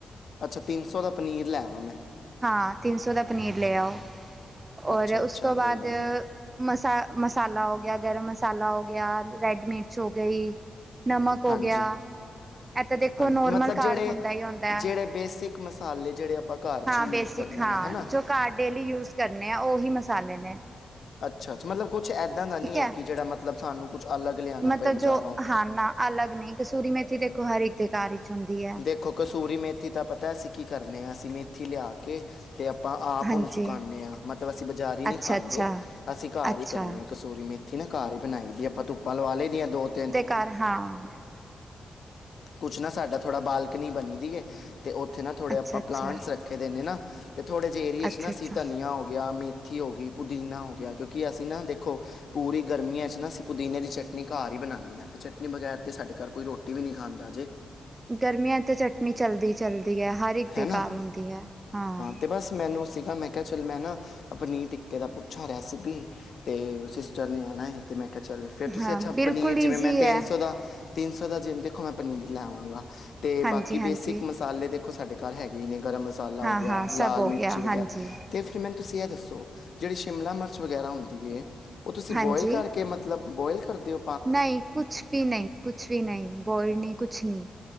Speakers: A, on the left; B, on the right.
A: ਅੱਛਾ, ਤਿੰਨ ਸੌ ਦਾ ਪਨੀਰ ਲੈ ਆਵਾ ਮੈ।
B: ਹਾਂ, ਤਿੰਨ ਸੌ ਦਾ ਪਨੀਰ ਲੇ ਆਓ,
A: ਅੱਛਾ
B: ਔਰ
A: ਅੱਛਾ
B: ਉਸ ਤੋ ਬਾਦ
A: ਕੋਈ ਗੱਲ ਨਹੀਂ
B: ਮਸਾ ਮਸਾਲਾ ਹੋ ਗਿਆ, ਗਰਮ ਮਸਾਲਾ ਹੋ ਗਿਆ, ਰੈਡ ਮਿਰਚ ਹੋ ਗਈ ਨਮਕ ਹੋ
A: ਹਾਂਜੀ
B: ਗਿਆ, ਐ ਤਾ ਦੇਖੋ
A: ਹਾਂਜੀ
B: ਨੋਰਮਲ
A: ਮਤਲਬ
B: ਘਰ
A: ਜਿਹੜੇ
B: ਹੁੰਦਾ ਹੀ ਹੁੰਦਾ
A: ਜਿਹੜੇ
B: ਐ।
A: ਬੇਸਿਕ ਮਸਾਲੇ ਜੇੜੇ ਅੱਪਾ ਘਰ ਚ ਯੂਸ
B: ਬੇਸਿਕ
A: ਕਰਨੇ ਹਾਂ, ਹਨਾ।
B: ਜੋ ਘਰ ਡੇਲੀ ਯੂਸ ਕਰਨੇ ਆ, ਓਹੀ ਮਸਾਲੇ ਨੇ।
A: ਅੱਛਾ- ਅੱਛਾ ਮਤਲਬ ਕੁੱਛ ਏੱ‍ਦਾਂ ਦਾ ਨੀ
B: ਠੀਕ ਹੈ
A: ਐ ਕਿ ਜੇੜਾ ਮਤਲਬ ਸਾਨੂੰ ਕੁਛ ਅਲੱਗ ਲਿਆਣਾ
B: ਮਤਲਬ
A: ਪਏ ਬਜਾਰੋ।
B: ਜੋ ਹਾਂ ਨਾ ਅਲੱਗ ਨਈ, ਕਸੂਰੀ ਮੇਥੀ ਦੇਖੋ ਹਰ ਇੱਕ ਦੇ ਘਰ ਹੁੰਦੀ ਹੈ।
A: ਦੇਖੋ ਕਸੂਰੀ ਮੇਥੀ ਤਾ ਪਤਾ ਅਸੀਂ ਕੀ ਕਰਨੇ ਆ, ਅਸੀ ਮੇਥੀ ਲਿਯਾ ਕੇ ਤੇ ਅੱਪਾਂ ਆਪ
B: ਹਾਂਜੀ
A: ਓਨੂੰ ਸੁਕਾਨੇ ਆ, ਮਤਲਬ ਅਸੀ ਬਜਾਰੀ ਨਹੀ
B: ਅੱਛਾ
A: ਖਾਂਦੇ
B: ਅੱਛਾ
A: ਅਸੀਂ ਘਰ
B: ਅੱਛਾ
A: ਹੀ ਕਰਨੇ ਆ ਕਸੂਰੀ ਮੇ ਥੀ ਨਾ ਘਰ ਹੀ ਬਨਾਈ ਦੀ ਐ ਅੱਪਾ, ਧੁਪਾਂ ਲਵਾ ਲਈ ਦੀਆ ਦੋ-ਤਿੰਨ
B: ਪਰ ਹਾਂ।
A: ਕੁਛ ਨਾ ਸਾਡਾ ਥੋੜਾ ਬਾਲਕਨੀ ਬਣੀ ਦੀ ਏ, ਤੇ ਓਥੇ ਨਾ ਥੋੜੇ
B: ਅੱਛਾ
A: ਅੱਪਾ
B: ਅੱਛਾ
A: ਪਲਾਂਟਸ ਰੱਖੇ ਦੇ ਨੇ ਨਾ। ਤੇ ਥੋੜੇ ਜੇ ਏਰੀਏ
B: ਅੱਛਾ
A: ਚ ਨਾ ਆਸੀ
B: ਅੱਛਾ
A: ਧਨੀਆ ਹੋ ਗੇਆ, ਮੇਥੀ ਹੋ ਗਈ, ਪੁਦੀਨਾ ਹੋ ਗੇਆ। ਕਿਉਂਕਿ ਅਸੀਂ ਨਾ ਦੇਖੋ ਪੂਰੀ ਗਰਮੀਆਂ ਚ ਨਾ ਅਸੀ ਪੁਦੀਨੇ ਦੀ ਚਟਨੀ ਕਾਰ ਹੀ ਬਣਾਨੇ ਹਾ, ਤੇ ਚਟਨੀ ਬਗੈਰ ਤੇ ਸਾਡੇ ਕਰ ਕੋਈ ਰੋਟੀ ਵੀ ਨਹੀ ਖਾਂਦਾ ਜੇ।
B: ਗਰਮੀਆ ਤੇ ਚਟਨੀ ਚੱਲਦੀ ਚੱਲਦੀ ਹੈ, ਹਰ ਇੱਕ ਦੇ
A: ਹੈ ਨਾ
B: ਕਾਰ ਹੁੰਦੀ ਹੈ, ਹਾਂ।
A: ਤੇ ਬਸ ਮੈਨੂੰ ਸੀਗਾ ਮੈ ਕੇ ਚਲ ਮੈ ਨਾ ਪਨੀਰ ਟਿੱਕੇ ਦਾ ਪੁੱਛਾ ਰੈਸਿਪੀ ਤੇ ਸਿਸਟਰ ਨੇ ਆਣਾ ਏ। ਤੇ ਮੈ ਕਾ ਚੱਲ ਫਿਰ ਤੁਸੀਂ
B: ਹਾਂ
A: ਅੱਛਾ
B: ਬਿਲਕੁਲ
A: ਪਨੀਰ ਜਿਵੇ
B: ਈਜ਼ੀ
A: ਮੈਂ ਤੇਨ
B: ਹੈ
A: ਸੌ ਦਾ ਤਿੰਨ ਸੌ ਦਾ ਜਿਵੇ ਦੇਖੋ ਮੈ ਪਨੀਰ ਲੈ ਆਵਾਂਗਾ ਤੇ
B: ਹਾਂਜੀ
A: ਬਾਕੀ
B: ਹਾਂਜੀ
A: ਬੇਸਿਕ ਮਸਾਲੇ ਦੇਖੋ ਸਾਡੇ ਘਰ ਹੈਗੇ ਹੀ ਨੇ ਗਰਮ ਮਸਾਲਾ
B: ਹਾਂ
A: ਹੋ ਗਿਆ,
B: ਹਾਂ
A: ਲਾਲ
B: ਸਭ ਹੋ
A: ਮਿਰਚੀ
B: ਗਿਆ
A: ਵਗੈਰਾ
B: ਹਾਂਜੀ
A: ਤੇ ਫਿਰ ਮੈਨੂੰ ਤੁਸੀਂ ਇਹ ਦੱਸੋ ਜੇੜੀ ਸ਼ਿਮਲਾ ਮਿਰਚ ਵਗੈਰਾ ਹੁੰਦੀ ਏ, ਓ ਤੁਸੀਂ
B: ਹਾਂਜੀ
A: ਬੋਇਲ ਕਰਕੇ ਮਤ ਮਤਲਬ ਬੋਇਲ ਕਰਦੇ ਓ।
B: ਨਹੀਂ ਕੁਛ ਵੀ ਨਈ ਕੁਛ ਵੀ ਨਹੀਂ ਬੋਇਲ ਨਹੀਂ ਕੁਛ ਨਹੀਂ।